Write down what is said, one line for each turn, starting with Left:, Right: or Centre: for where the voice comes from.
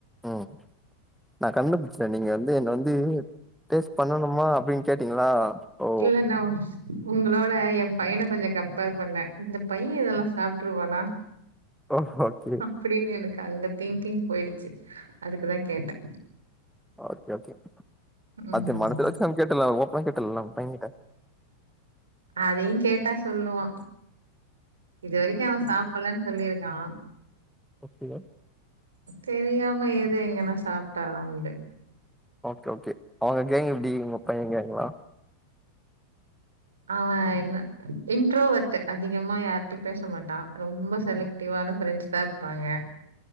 Centre: ம் நா கண்டுபிடிச்சிட்டே நீங்க வந்து என்ன வந்து டேஸ்ட் பண்ணணுமா அப்டின்னு கேட்டீங்களா ஓ
Right: இல்ல நோ உங்களோட என் பையனை கொஞ்சோ கம்பேர் பண்ணன் இந்த பையன் இததெல்லா சாப்பிட்டுருவானா
Centre: ஓ ஓகே
Right: அப்டின்னு எனக்கு அங்க திங்கிங் போயிடுச்சு அதுக்குதா கேட்டே
Centre: ஓகே ஓகே
Right: ம்.
Centre: அத மனசுல வச்சுல கேட்டலா ஓப்பனா கேட்டலா உங்க பையகிட்ட
Right: அதையு கேட்டா சொல்லுவா இது வரைக்கு அவன் சாப்பிடலன்னு சொல்லியிருக்கா
Centre: அப்டியே
Right: தெரியாம எது எங்கன்னா சாப்பிட்டாதா உண்டு
Centre: ஓகே ஓகே அவங்க கேங்க எப்டி உங்க பையன் கேங்களா
Right: அவன் என்ன இன்ட்ரோவட்டு அதிகமா யாரிட்டையு பேசமாட்டா ரொம்ப செலக்ட் டிவ்வான ஃப்ரெண்ட்ஸ் தா இருப்பாங்க